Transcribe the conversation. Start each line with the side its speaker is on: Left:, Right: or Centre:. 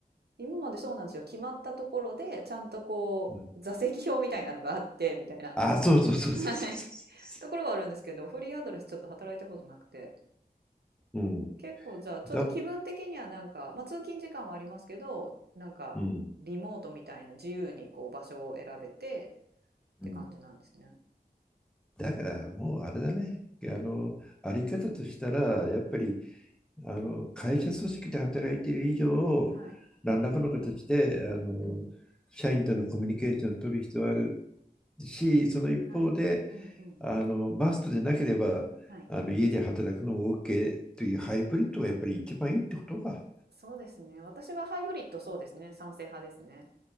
Right: 今までそうなんですよ。決まったところで、ちゃんとこう、
Centre: うん
Right: 座席表みたいなのがあって、みたいな。
Centre: あ、そうそうそうそうそうそ
Right: はい。ところはあるんですけど、フリーアドレスちょっと働いたことなくて。
Centre: う。うん。
Right: 結構じゃあ、ちょっと気分的にはなんか、
Centre: だ、
Right: まあ通勤時間はありますけど、なんか、
Centre: うん。
Right: リモートみたいな自由にこう場所を選べてって感じなんですね。
Centre: うん。だからもうあれだね。あの、あり方としたら、やっぱりあの会社組織で働いている以上、
Right: はい。
Centre: 何らかの形であの社員とのコミュニケーションを取る必要はある
Right: うんうん。
Centre: し、その一方で、
Right: はい。うんうん。
Centre: あのマストでなければあの家で働くのも
Right: はい。
Centre: OK というハイブリッドがやっぱり一番いいってことか。
Right: そうですね。私はハイブリッドそうですね。賛成派ですね。